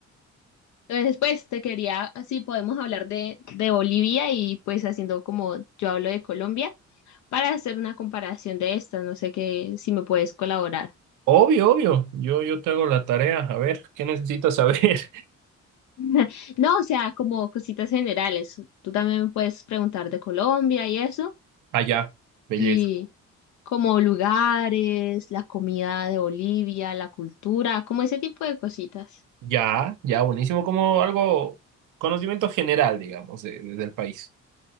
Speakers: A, on the left; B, on the right.
A: Entonces, pues te quería, así podemos hablar de, de Bolivia y pues haciendo como yo hablo de Colombia para hacer una comparación de estas. No sé qué, si me puedes colaborar.
B: Obvio, obvio. Yo, yo te hago la tarea. A ver, ¿qué necesitas saber? <laughs>
A: <laughs> No, o sea, como cositas generales. Tú también me puedes preguntar de Colombia y eso.
B: Allá, belleza.
A: y como lugares, la comida de Bolivia, la cultura, como ese tipo de cositas.
B: Ya, ya, buenísimo. Como algo, conocimiento general, digamos, de- de- del país.